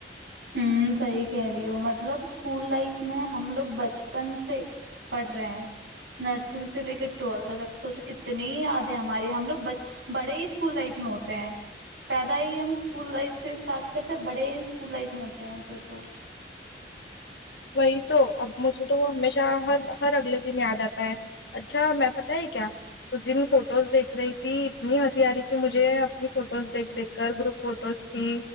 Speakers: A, on the right; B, on the left.
A: ہ صحیح کہہ رہی ہو مطلب اسکول لائف میں ہم لوگ بچپن سے پڑھ رہے ہیں نرسری سے لے کر ٹویلتھ تک سوچو کتنی یادیں ہماری ہم لوگ ب بڑے ہی اسکول لائف میں ہوتے ہیں پیدا ہی ہم اسکول لائف سے اسٹارٹ کرتے بڑے ہی اسکول لائف میں ہوتے ت سوچو
B: وہی تو اب مجھے تو وہ ہمیشہ ہر ہر اگلے دن یاد آتا ہے اچھا میں پتاہ ہے کیا اس دن فوٹوز دیکھ رہی تھی اتنی ہنسی آ رہی تھی مجھے اپنی فوٹوز دیکھ دیکھ کر گروپ فوٹوز تھی